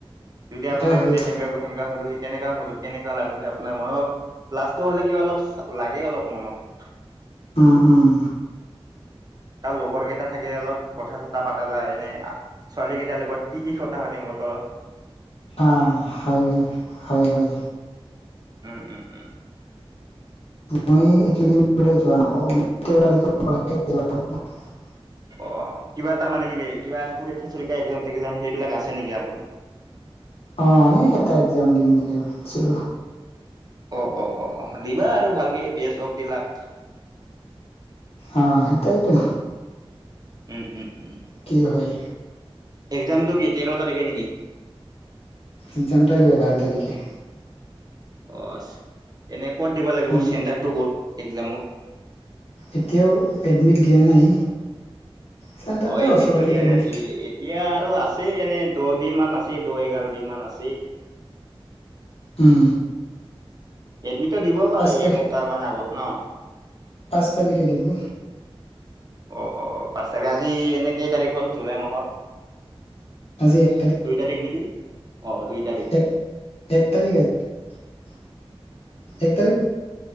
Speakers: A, on the right (about 40°); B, on the left (about 80°).
A: যদি আপুনিও
B: এতিয়া হয়
A: যদি
B: ৰ
A: হেংগা হলেও কেনেকা হল কেনেকা লাগলো আপোনাৰ মনত লাষ্টটো হ'লে কিবা অলপ লাগে অলপ মনত
B: উম উম
A: তাৰ লগৰ কেইটা থাকিলে অলপ কথা চতা পতা যায় এনে ছোৱালী কেইটাৰ লগত কি কি কথা সুতিম ফট
B: অ হয় হয় হয় হয়।
A: উম উম উম উ।
B: মই এইকেইদিন যোৱা নহব <unintelligible>
A: অ কিবা এ তাৰ মানে কিবি কিবা পৰীক্ষা চৰীক্ষা একজাম টে্জাম সেইবিলাক আছে নেকি আপোনাৰ
B: অ এই এটা এক্জাম দিম বুলি ভাবছিলো।
A: অ অ অ দিবা আৰু ভালকে বেষ্ট অফ দিলাক।
B: আহ সটাইটো
A: উম উম উম।
B: কি হয়
A: একজামটো কি তেৰ তাৰিখে নেকি?
B: এক্সামটো কিবা বাৰ তাৰিখে।
A: অ আ এনে ক'ত দিব লাগিব
B: উম
A: চেণ্টাৰতটো ক'ত এক্জামৰ।
B: এতিয়াও এডমিট দিয়া নাই। চেণ্টাৰতে
A: অ এডমিটটো
B: ওচৰতে
A: দিয়া
B: এতিয়া
A: নাই
B: দূৰ
A: নেকি এতিয়া। তো আছেই এনে দহ দিন মান আছেই দহ এঘাৰ দিন মান আছেই।
B: উম
A: এডমিটটো দিব পালে
B: পাঁচ তাৰিখ
A: এসপ্তাহমান আগত ন।
B: পাঁচ তাৰিখে দিব
A: অ অ পা আজি এনেকেই তাৰিখ হল জুলাই মাহৰ।
B: আজি এক
A: দুই তাৰিখ নেকি অ দুই তাৰিখ।
B: এক এক তাৰিখ আ। এক তাৰিখ